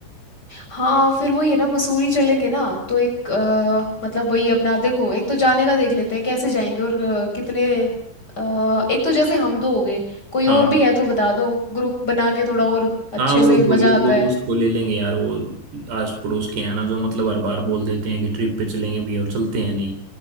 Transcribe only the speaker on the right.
हाँ
हाँ वो
तो एक
दो
दोस्त को ले लेंगे यार वो आस पड़ोस के हैं ना जो मतलब हर बार बोल देते हैं कि ट्रिप पे चलेंगे भैया और चलते हैं नहीं